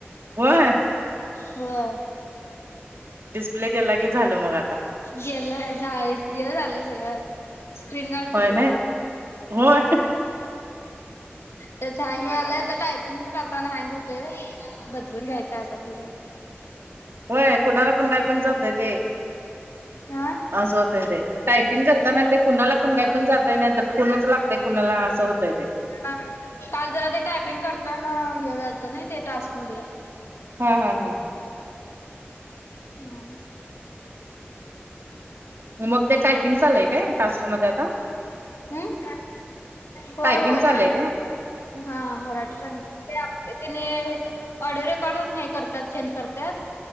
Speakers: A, on the right; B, on the left.
A: होय
B: होय
A: डिस्प्ले केला की झालं मग आता.
B: गेलंय झाय हे झालंय सगळं. स्क्रीन गार्ड फुटला
A: होय ना
B: या हम्म.
A: होय
B: त्याच हँग झालंय तर टायपिंग करताना हँग हो. ते बदलून घ्यायच आता पूज्या.
A: होय कुणाला पण काय पण जात नाही ते.
B: आह.
A: टायपिंग करताना ते कुणाला पण
B: हो
A: काय पण टाईप करते. नाहीतर फोनच लागते कुणाला असू दे.
B: हा काल जरा ते टायपिंग करताना हे व्हायलतं ना ते टास्क मध्ये.
A: हा हा हा.
B: हम्म.
A: होमवर्क ते टायपिंग चालय काय टास्कमध्येध्ये आता.
B: हम् होय
A: टायपिंग
B: होयेत
A: चालय काय
B: हा मराठी. तेनी ऑडिओ रेकॉर्डून हे करतात सेंड करतात.